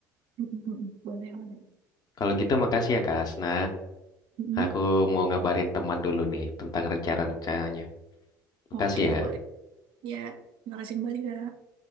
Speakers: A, on the right (about 55°); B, on the left (about 40°).
A: Mm-mm, Boleh, boleh.
B: Kalau gitu makasih ya, Kak Asna.
A: Mm-mm.
B: Aku mau ngabarin teman dulu nih tentang rencana-rencananya. Makasih
A: Oke,
B: ya.
A: boleh. Ya, terima kasih kembali, Kak.